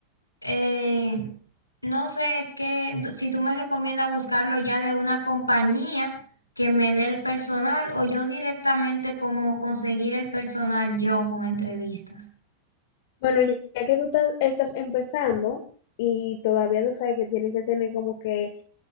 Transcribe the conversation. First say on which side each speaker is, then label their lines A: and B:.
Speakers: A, on the left (about 85°); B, on the left (about 50°).
A: eh, no sé qué, si tú me recomiendas buscarlo ya de una compañía que me dé el personal o yo directamente como conseguir el personal yo con entrevistas.
B: Bueno, ya ya que tú ta- estás empezando y todavía tú sabes que tienes que tener como que